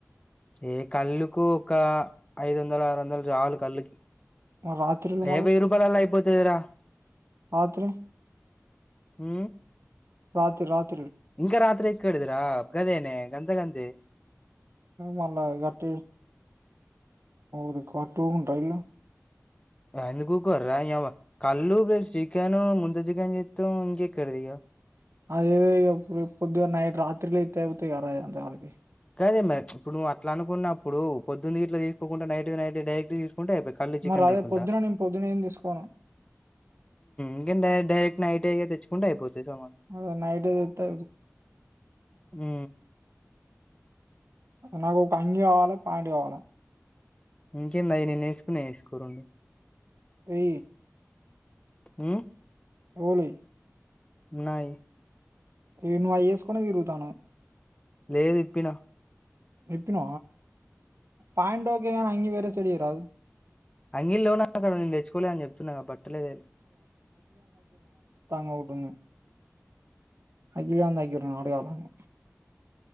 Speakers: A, on the left; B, on the right.
A: ఏ కళ్ళుకు ఒక ఐదు వందలు ఆరు వందలు రాను కళ్ళుకి
B: మళ్ళీ రాత్రిలు
A: ఏ వెయ్యి రూపాయలల్లో అయిపోతదిరా
B: ఆత్రే
A: హ
B: రాత్ర రాత్ర
A: ఇంకా రాత్రి ఎక్కదరా అబ్గదేనే గంధ గంధి
B: మళ గటి రి కార్టోను రైల
A: ఎందుకుకోర్రా ఇ కళ్ళు ప్లస్ చికెను ముంత చికెన్ చేస్తాం ఇంకెక్కడుది ఇక
B: అదే పొద్దుగా నైట్ రాత్రిలో అయితే అయితాయి కారు అద అంతా కలిపి
A: కాదే మరి ఇప్పుడు అట్లా అనుకున్నప్పుడుొద్దున్నది ఇట్లా తీసుకోకుండా నైట్ నైట్ డైరెక్ట్ తీసు కొంటా అయిపోయి కాళీ చికెన్
B: మరి అదే
A: అయిపుంటా
B: పొద్దున నేను పొద్దున ఏం తీసుకోను
A: ఇంకకాే డైరెక్ట్ నైట్ అయి తెచ్చుకుంటే అయిపోతాంది సమాం
B: అ నైట్తు
A: ఆ
B: నాకు ఒక అంగి కావాలి పాంట కావాలి
A: ఇంకేంది అయని నేసుకునే వేసుకోరండు
B: ఏ
A: అ
B: రఓలి
A: నయి
B: ఈ నువ్వుయ్యేసుకొని తిరుగుతాను
A: లేదు ఇప్పినా
B: ఎప్పిన పాంటోకే అంగ వేర చెడి రాదు
A: అంగీ లోన అక్కడ నేను తెచ్చుకోలే అని చెప్తున్నాక పట్టలేదు
B: తాంగవుడు అంతాక నాడు కాళ్ళను